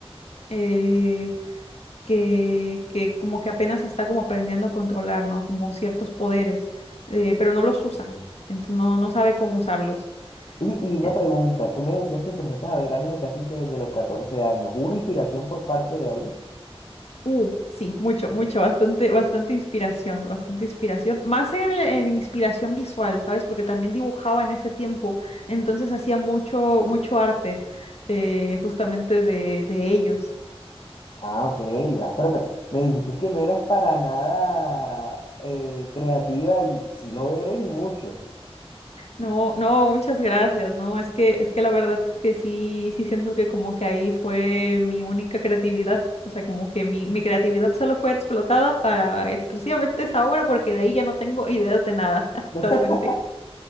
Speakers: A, on the left (about 80°); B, on the left (about 60°).
A: eh, que, que como que apenas está como aprendiendo a controlar, ¿no? Como ciertos poderes, eh, pero no los usa,
B: Mm.
A: ent- no, no sabe cómo usarlos.
B: Y, y una
A: En-
B: pregunta, tú me decías que empezaste a ver anime casi que desde los 14 años. ¿Hubo una inspiración por parte de ahí?
A: Uh, sí, mucho, mucho, bastante, bastante inspiración, bastante inspiración, más en, en inspiración visual, ¿sabes? Porque también dibujaba en ese tiempo, entonces hacía mucho, mucho arte eh, justamente de, de ellos.
B: Ah, ok. Ah, pero me, me dijiste que no eras para nada eh, creativa y si lo eres y mucho.
A: No, no, muchas gracias. No, es que, es que la verdad es que sí, sí siento que como que ahí fue mi única creatividad. O sea, como que mi, mi creatividad solo fue explotada para exclusivamente esa obra, porque de ahí ya no tengo <laughs> ideas de nada <laughs> actualmente.
B: <laughs>